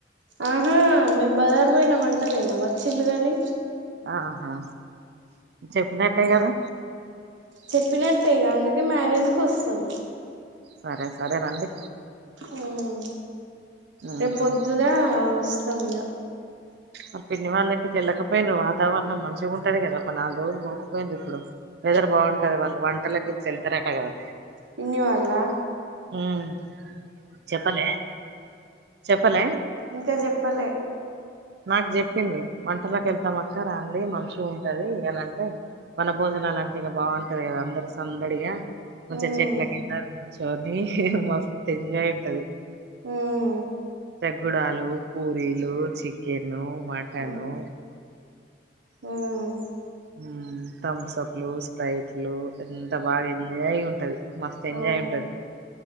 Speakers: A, on the right; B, on the right.
A: ఆహా మేము బజారు పోయినాం అంటలేమో వచ్చిల్ గాని
B: ఆహా చెప్పినట్టే కదా
A: చెప్పినట్టే ఇగ అందుకే మ్యారేజ్కి వస్తాం
B: సరే సరే రండి
A: ఉమ్
B: ఉమ్
A: రేపు పొద్దున వస్తాం ఇగ
B: ఆ పిన్ని వాళ్ళ ఇంటికి వెళ్ళకపోయిండ్రు వాతావరణం మంచిగా ఉంటది కదా ఒక నాలుగు రోజులు పోకపోయిండ్రు ఇప్పుడు వెదర్ బాగుంటది వాళ్ళు వంటలకి గిట్ల వెళ్తరు అట కదా
A: పిన్ని వాళ్ల
B: ఉమ్ చెప్పలే చెప్పలే
A: ఇంకా జేప్పలే
B: నాకు చెప్పింది వంటలకి వెళ్తాం రాండ్లి మంచిగా ఉంటది అని అంటే వన భోజనాలు అంటే ఇగా బాగుంటది కదా అందరు సందడిగా మంచిగా
A: ఉమ్
B: చెట్ల కింద కూర్చొని మస్త్ ఎంజాయ్ ఉంటది
A: ఉమ్
B: పెగ్గుడాలు పూరీలు చికెన్ మటను
A: ఉమ్ ఉమ్
B: ఉమ్ థమ్సప్లు స్ప్రైట్లు ఎంత బాగా ఎంజాయ్ గా ఉంటది మస్త్ ఎంజాయ్
A: అవును
B: ఉంటది